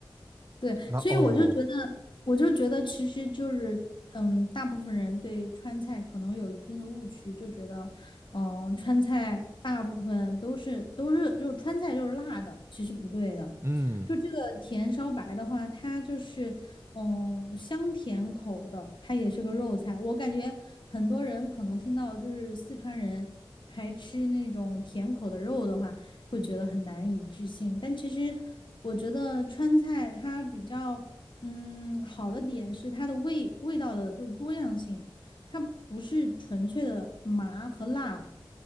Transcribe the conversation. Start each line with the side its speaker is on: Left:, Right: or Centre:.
Left: 对，
Right: 那哦，
Left: 所以我就觉得，我就觉得其实就是，嗯，大部分人对川菜可能有一定的误区，就觉得，嗯，川菜大部分都是都是就是川菜就是辣的，其实不对的。
Right: 嗯，
Left: 就这个甜烧白的话，它就是嗯香甜口的，它也是个肉菜。我感觉很多人可能听到就是四川人还吃那种甜口的肉的话，会觉得很难以置信。但其实我觉得川菜它比较嗯好的点是它的味味道的就是多样性。它不是纯粹的麻和辣，